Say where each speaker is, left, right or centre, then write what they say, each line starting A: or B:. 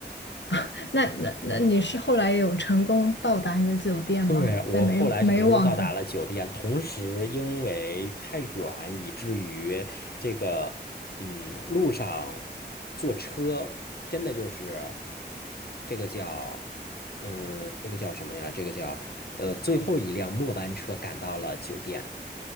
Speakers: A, on the left (about 80°); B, on the left (about 60°).
A: <laughs> 那那那你是后来有成功到达你的酒店吗？
B: 对，我后来成功到达了酒店，
A: 在美美网的。
B: 同时因为太远，以至于这个，嗯，路上坐车真的就是这个叫，嗯，这个叫什么呀？这个叫，呃，最后一辆末班车赶到了酒店，